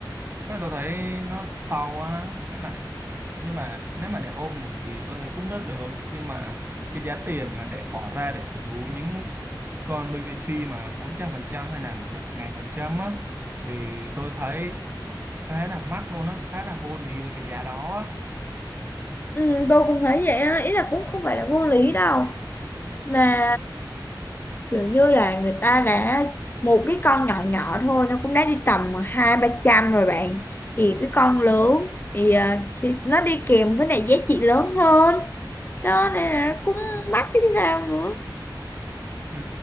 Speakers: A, on the right; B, on the left.
A: Với lại tôi thấy nó to quá với lại nhưng mà nếu mà để ôm ngủ thì tôi thấy cũng rất được nhưng mà cái giá tiền mà để bỏ ra để sở hữu những con baby tree mà 400% hay là một ngàn phần trăm á thì tôi thấy khá là mắc luôn á khá là vô lý với cái giá đó á
B: ừ, tôi cũng thấy vậy á ý là cũng không phải là vô lý đâu mà kiểu như là người ta đã một cái con nhỏ nhỏ thôi nó cũng đã đi tầm hai ba trăm rồi bạn thì cái con lớn thì ờ, thì nó đi kèm với lại giá trị lớn hơn đó nên là nó cũng mắc chứ sao nữa
A: Ừ,